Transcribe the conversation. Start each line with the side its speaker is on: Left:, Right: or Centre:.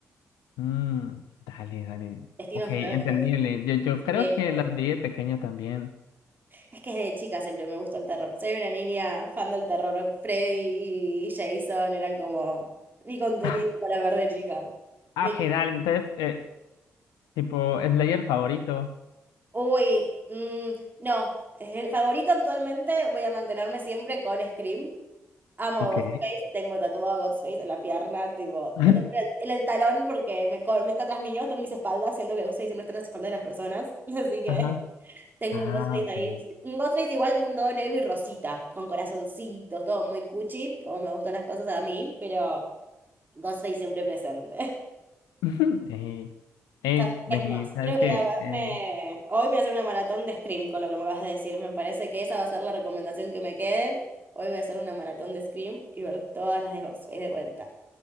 Left: Mm, dale, dale.
Right: Destino
Left: Ok,
Right: final,
Left: entendible.
Right: me
Left: Yo, yo
Right: parece
Left: creo que las vi de pequeño también. <laughs>
Right: Es que desde chica siempre me gustó el terror. Soy una niña fan del terror. Freddy y Jason eran como mi contenido
Left: Ah,
Right: para ver de chica.
Left: ah,
Right: Me...
Left: ok, dale. Entonces, eh, tipo, Slayer favorito.
Right: Uy, mm, no. El favorito actualmente voy a mantenerme siempre con Scream. Amo
Left: Ok.
Right: a Ghostface, tengo tatuado a Ghostface en la pierna, tipo,
Left: <laughs>
Right: lo tengo en el, en el talón porque me, co- me está tras mío, está en mis espaldas, siendo que Ghostface siempre está en las espaldas de las personas, <laughs> así que...
Left: Ajá.
Right: Tengo
Left: Ah,
Right: un Ghostface
Left: ok.
Right: ahí, un Ghostface igual todo negro y rosita, con corazoncitos, todo muy cuchi, como me gustan las cosas a mí, pero Ghostface siempre presente. <laughs>
Left: <laughs> Ey, ey,
Right: Ta-
Left: vení,
Right: Es más,
Left: ¿sabes
Right: creo que
Left: qué?
Right: voy a verme,
Left: Eh,
Right: hoy voy a hacer una maratón de Scream con lo que me acabas de decir, me parece que esa va a ser la recomendación que me quede. Hoy voy a hacer una maratón de Scream y ver todas las de Ghostface de vuelta.